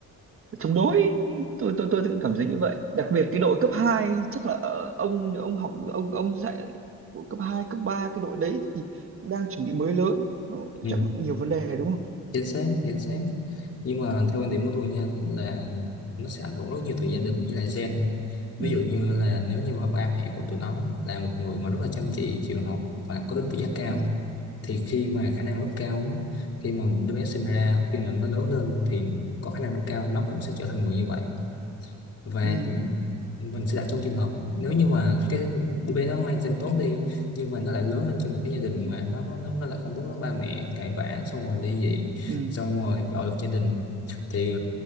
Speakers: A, on the right; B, on the left.
A: chống đối tôi tôi tôi cảm thấy như vậy đặc biệt cái đội cấp 2 chắc là ờ, ông ông học ông ông dạy của cấp 2 cấp 3 cái đội đấy thì cũng đang chuẩn bị mới lớn nó
B: Ừ.
A: chắc là cũng nhiều vấn đề đúng không
B: chính xác chính xác nhưng mà theo quan điểm của tôi nha là nó sẽ ảnh hưởng rất nhiều từ gia đình với lại gen nữa ví
A: ừ
B: dụ như là nếu như mà ba mẹ của tụi nó là một người mà rất là chăm chỉ chịu học và có tính tự giác cao
A: ừ
B: thì khi mà khả năng rất cao á, khi mà một đứa bé sinh ra khi mà nó lớn lên thì có khả năng rất cao nó cũng sẽ trở thành người như vậy và
A: ừ
B: mình sẽ đặt trong trường hợp nếu như mà cái đứa bé nó mang gen tốt đi nhưng mà nó lại lớn lên trong một cái gia đình mà nó nó nó lại không tốt với ba mẹ cãi vã xong rồi ly dị
A: ừ
B: xong rồi bạo lực gia đình thì